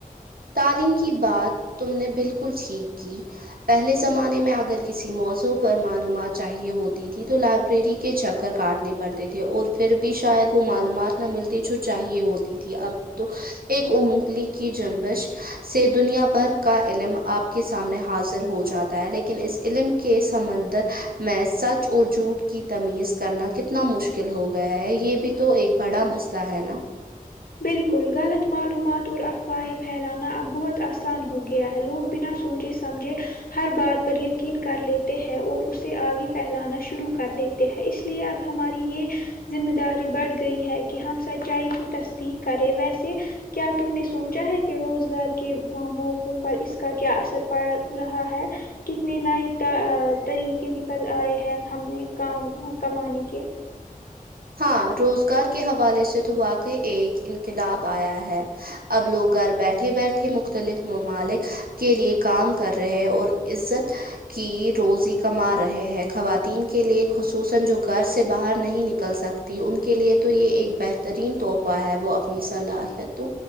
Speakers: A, on the right (about 85°); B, on the left (about 80°).
A: تعلیم کی بات تم نے بالکل ٹھیک کی پہلے زمانے میں اگر کسی موضوع پر معلومات چاہیے ہوتی تھی تو لائبریری کی کے چکر کاٹنے پڑتے تھے اور پھر بھی شاید وہ معلومات نہ ملتی جو چاہیے ہوتی تھی اب تو ایک انونگلی کی جم ش سے دنیا بھر کا علم آپ کے سامنے حاضر ہو جاتا ہے لیکن اس علم کے سمندر میں سچ اور جھوٹ کی تمیز کرنا کتنا مشکل ہو گیا ہے یہ بھی تو ایک بڑا مسئلہ ہے نا
B: بالکل غلط معلومات اور افواہیں پھیلانا اب بہت آسان ہو گیا ہے لوگ بنا سوچے سمجھے ہر بات پر یقین کر لیتے ہیں اور اسے آگے پھیلانا شروع کر دیتے ہیں اس لیے اب ہماری یہ ذمہ داری بڑھ گئی ہے کہ ہم سچائی کی تشر تی کرے ویسے کیا تم نے سوچا ہے کہ روزگار کے موقع پر اس کا کیا اثر پڑ رہا ہے کتنے نئے طریقے نکل آئے ہیں ہمیں کام کمانے کے
A: ہاں روزگار کے حوالے سے تو واقعی ایک انقلاب آیا ہے اب لوگ گھر بیٹھے بیٹھے مختلف ممالک کے لیے کام کر رہے اور عزت کی روزی کما رہے ہیں خواتین کے لیئے خصوصا جو گھر سے باہر نہیں نک ل سکتی ان کے لیے تو یہ ایک بہترین تحفہ ہے وہ اپنی صلاحیتوں